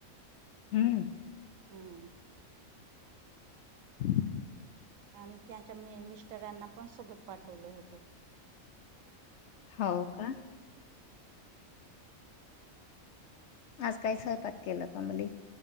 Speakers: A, on the left; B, on the right.
A: हम्म
B: हम्म
A: <inaudible>
B: आणि त्यांच्या, मी मिस्टरांना पण सोबत पाठवलं होत.
A: होऊ का आज काय स्वयपाक केलं तुमले?